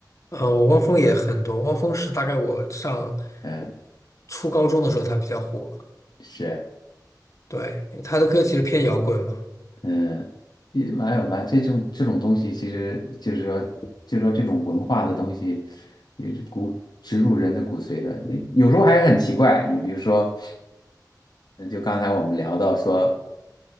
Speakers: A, on the left; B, on the left.
A: 嗯、呃，汪峰也很多。汪峰是大概我上
B: 嗯，
A: 初高中的时候他比较火，
B: 是，
A: 对，他的歌其实偏摇滚嘛。
B: 嗯，也蛮有吧这种这种东西，其实就是说，就是说这种文化的东西，也是骨植入人的骨髓的，你有时候还很奇怪，你比如说。嗯就刚才我们聊到说，